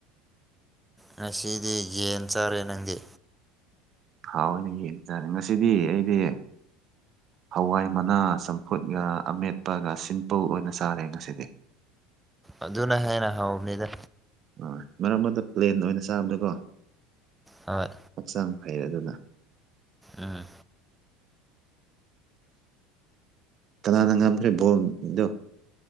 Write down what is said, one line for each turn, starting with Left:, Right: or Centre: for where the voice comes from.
Centre: ꯉꯁꯤꯗꯤ ꯌꯦꯟ ꯆꯥꯔꯦ ꯅꯪꯗꯤ
Right: ꯍꯥꯎ ꯑꯣꯏꯅ ꯌꯦꯡ ꯆꯥꯅꯤ ꯉꯁꯤꯗꯤ ꯑꯩꯗꯤ ꯍꯋꯥꯏ ꯃꯅꯥ ꯆꯝꯐꯨꯠꯒ ꯑꯃꯦꯠꯄꯒ ꯁꯤꯝꯄꯜ ꯑꯣꯏꯅ ꯆꯥꯔꯦ ꯉꯁꯤꯗꯤ
Centre: ꯑꯗꯨꯅ ꯍꯦꯟꯅ ꯍꯥꯎꯕꯅꯤꯗ
Right: ꯑ ꯃꯔꯛ ꯑꯗꯨꯗ ꯄ꯭ꯂꯦꯟ ꯑꯣꯏꯅ ꯆꯥꯕꯗꯀꯣ
Centre: ꯍꯣꯏ
Right: ꯍꯛꯆꯥꯡ ꯐꯩꯔꯗꯨꯅ
Centre: ꯎꯝ
Right: ꯀꯅꯥꯅꯪꯒꯥꯈꯦ ꯕꯣꯗꯣ